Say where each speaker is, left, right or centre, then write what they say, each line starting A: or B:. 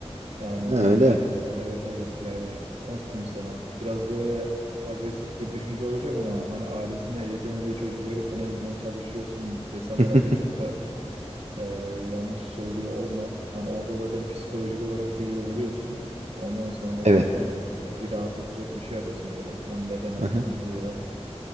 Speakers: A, on the right; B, on the right.
A: Yani
B: Ha, öyle.
A: e, evet evet yani nasıl diyeyim sana biraz böyle agresif bir düşünce olacak ama hani ailesini eğitemediği çocukları sen eğitmeye çalışıyorsun desem
B: <laughs>
A: herhalde çok da e, yanlış söylüyor olmam. Hani orada zaten psikolojik olarak bir yoruluyorsun. Ondan sonra
B: Evet.
A: zaten bir rahatlatacak bir şey arıyorsun böyle hem bedenen
B: Aha.
A: hem ruhen.